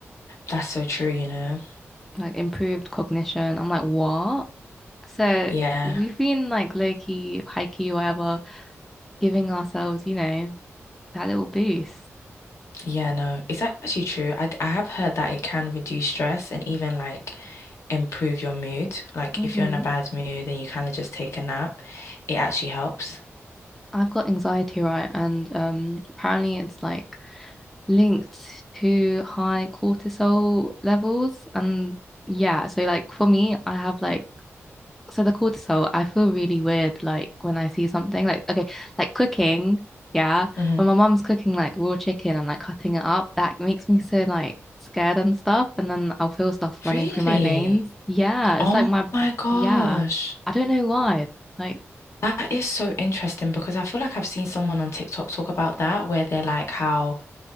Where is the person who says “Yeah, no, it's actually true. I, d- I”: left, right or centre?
Left